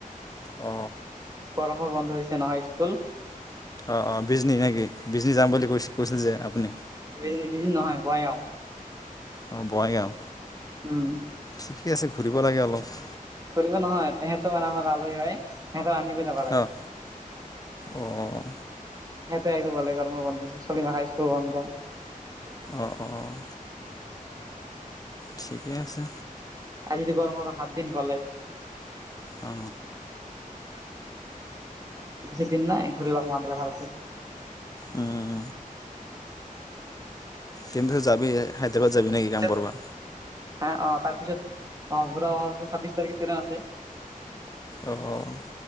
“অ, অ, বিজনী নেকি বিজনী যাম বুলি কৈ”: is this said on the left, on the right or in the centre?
Left